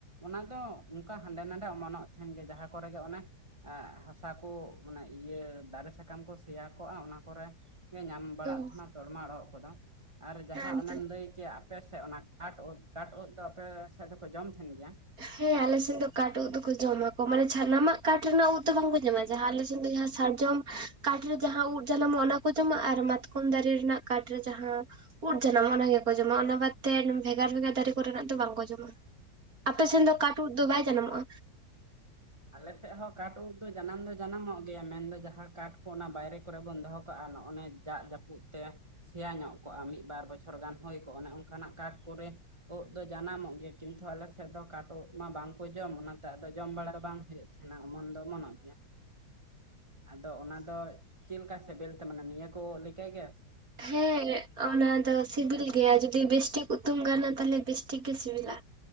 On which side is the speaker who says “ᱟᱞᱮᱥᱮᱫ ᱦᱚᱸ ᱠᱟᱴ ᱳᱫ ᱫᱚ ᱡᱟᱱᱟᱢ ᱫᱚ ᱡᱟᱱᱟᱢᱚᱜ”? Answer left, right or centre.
Right